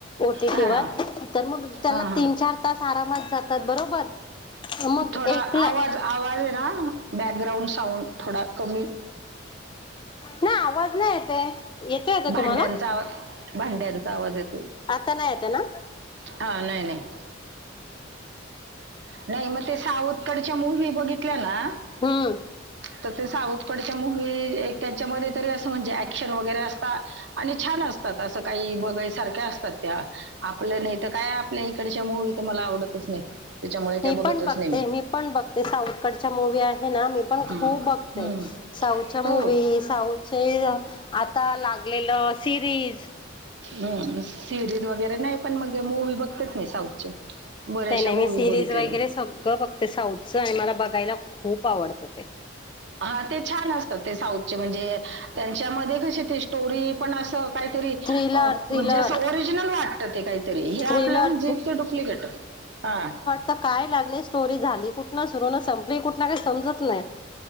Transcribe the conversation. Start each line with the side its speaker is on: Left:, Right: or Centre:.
Left: ओटीटी
Right: हा
Left: वर
Right: हा
Left: तर मग त्याला
Right: हा.
Left: तीन चार तास आरामात जातात बरोबर मग
Right: थोडा
Left: एकला
Right: आवाज आवाज आहे ना बॅकग्राउंड साऊंड थोडा कमी
Left: ना आवाज नाही येत य येतो येत
Right: भांड्यांचा
Left: तुम्हाला
Right: आवाज भांड्यांचा आवाज येतोय
Left: आता नाही येत ना?
Right: हा नाही नाही. नाही मग ते साऊथकडच्या मूवी बघितल्या ना?
Left: हम्म
Right: तर ते साऊथकडच्या मुवि, त्यांच्यामध्ये त अस म्हणजे ऍक्शन वगैरे असत आणि छान असतात असं काही बघ सारखे असतात. तात आपल्या नाही तर काय आपल्या इकडच्या मुूवी तर मला आवडतच नाही- त्याच्यामुळे त्या
Left: मी
Right: बघतच
Left: पण बघते,
Right: नाही
Left: मी पण बघते साऊथकडच्या मुूवी आहे ना मी पण
Right: हम्म.
Left: खूप बघते.
Right: हम्म.
Left: साऊच्या मूवी
Right: हो
Left: साउथचे आता लागलेलं सिरीज.
Right: हम सिरीज वगैरे नाही पण मग मूवी बघतात नाही साऊथचे, बऱ्याचशा
Left: त्या नाही
Right: मूव्ही
Left: मी सिरीज
Right: बघितलेल्या
Left: वगैरे सगळ बघते साऊथच आणि मला बघायला खूप आवडत ते.
Right: हा ते छान असतात ते साऊथचे म्हणजे त्यांच्यामध्ये कशी ते स्टोरी पण असं. काहीतरी
Left: थ्रिलर
Right: म्हणजे
Left: थ्रिलर
Right: असं ओरिजिनल वाटतं ते काहीतरी हे
Left: थ्रिलर
Right: आपलं म्हणजे इतक डुप्लिकेट आहे- हा
Left: तर काय लागले स्टोरी झाली कुठन ना सुरू ना संपली कुठन ना काही समजत नाही